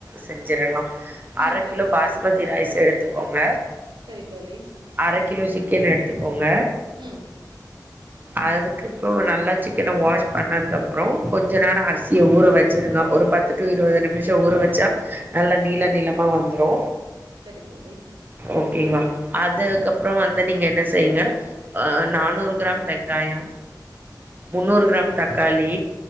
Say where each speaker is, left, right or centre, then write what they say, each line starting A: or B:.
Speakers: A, on the right (about 25°); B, on the right (about 75°).
A: செஞ்சிறலா
B: ம்
A: அர
B: சரி
A: கிலோ
B: தோழி,
A: பாஸ்மதி ரைஸ் எடுத்துக்கோங்க
B: சரி தோழி.
A: அர கிலோ சிக்கன் எடுத்துக்கோங்க
B: ம்
A: அதுக்குப்றோ நல்லா சிக்கன வாஷ் பண்ணதுக்குகப்புறோ கொஞ்ச நேரோ அரிசிய ஊற வச் வெச்சிருங்க ஒரு பத்து டு இருபது நிமிஷோ ஊற வச்சா நல்ல நீள நீளமா வந்துரு
B: செரி தோழி
A: ஓக்கேங்களா அதுக்கப்றோ வந்து நீங்க என்ன செய்ங்க அ நானூறு கிராம் வெங்காயோ முன்னூறு
B: ம் சரி
A: கிராம்
B: தோழி,
A: தக்காளி